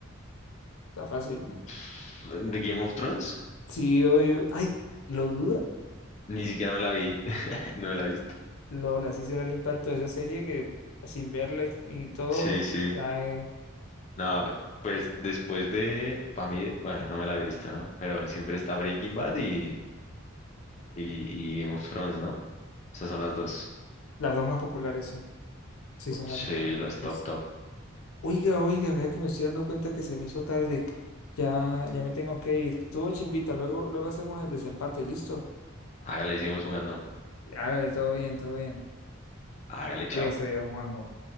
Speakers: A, on the left; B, on the left.
A: Está fácil.
B: Pff, ¿The Game of Thrones?
A: sí yo, yo- ay, ¿lo duda?
B: Ni siquiera me la vi. No la he visto.
A: Lola, así será el impacto de esa serie que sin verla y, y todo,
B: Sí, sí.
A: trae
B: No, pues después de, para mí, bueno, no me la he visto, ¿no? Pero siempre está Breaking Bad y, y, y Game of Thrones, ¿no? Esas son las dos.
A: las dos más populares, sí. Sí, son
B: Sí,
A: las dos más populares.
B: las top, top.
A: Oiga, oiga, vea que me estoy dando cuenta que se me hizo tarde. Ya, ya me tengo que ir. Estuvo chimbita, luego, luego hacemos el desempate, ¿listo?
B: Hágale, seguimos jugando.
A: Hágale, todo bien, todo bien.
B: Hágale, chao.
A: Cuídese, don Juanjo.